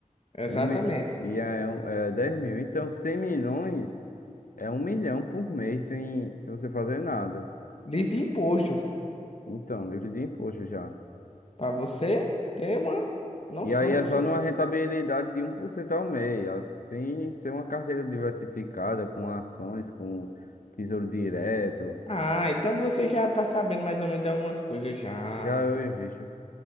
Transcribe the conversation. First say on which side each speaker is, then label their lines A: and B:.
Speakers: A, on the left; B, on the left.
A: Exatamente.
B: E, um, mi- e é, um- é 10 mil. Então, 100 milhões é um milhão por mês sem, sem você fazer nada.
A: Livre de imposto.
B: Então, livre de imposto já.
A: Para você ter uma noção
B: E aí é só numa rentabilidade de um por cento ao mês. Assim, ser uma carteira diversificada com ações, com tesouro direto.
A: Ah, então você já tá sabendo mais ou menos de algumas coisas já.
B: Já eu invisto.